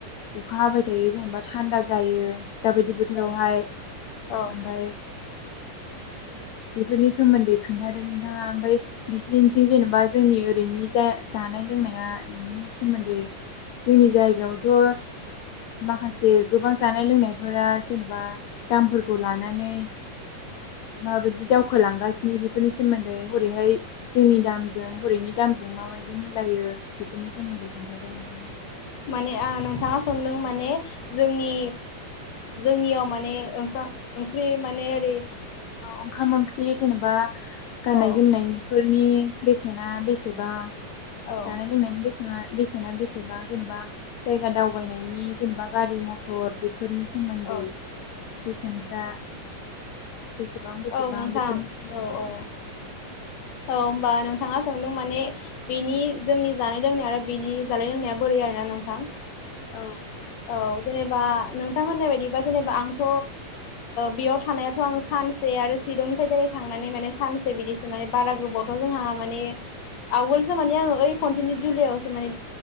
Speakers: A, on the left; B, on the left.
A: अखा हाबाय थायो जेनेबा थान्दा जायो। दाबायदि बोथोरावहाय
B: औ
A: ओमफ्राय
B: औ
A: बेफोरनि सोमोन्दै खोन्थादों नोंथाङा ओमफ्राय बिसिनिथिं जेन'बा जोंनि ओरैनि जानाय लोंनाया सोमोन्दै जोंनि जायगायावथ' माखासे गोबां जानाय लोंनायफोरा जेनेबा दामफोरखौ लानानै माबायदि दावखोलांगासिनो बेफोरनि सोमोन्दै हरैहाय जोंनि दामजों हरैनि दामजों माबायदि मिलायो बेफोरनि सोमोन्दै खोन्थादो नोंथाङा
B: माने नोंथाङा सोंदों माने जोंनि जोंनियाव माने ओंख्रि माने ओरै
A: ओंखाम ओंख्रि जेनेबा गाननाय
B: औ
A: जोमनायनि फोरनि बेसेना बेसेबां
B: औ
A: जानाय लोंनायनि बेसेना बेसेना बेसेबां जेनेबा जायगा दावबायनायनि जेनेबा गारि मथर बेफोरनि सोमोन्दै
B: औ
A: बेसेनफ्रा बेसेबां बेसेबां
B: औ नोंथां
A: बेफोरनि सोमोन्दै
B: औ औ औ होमबा नोंथाङा सोंदों माने बेनि जोंनि जानाय लोंनाय आरो बेनि जानाय लोंनाया बोरै आरोना नोंथां
A: औ
B: औ जेनेबा नोंथां होननाय बायदिबा जेबा आंथ बेयाव थानायाथ' आं सानसे आरो शिरलंनिफ्राय डाइरेक्ट थांनानै माने सानसे बिदिसो माने बारा गोबावथ' जोंहा माने आवगोलसो माने आङो ओइ खनसेनि जुलाइआवसो माने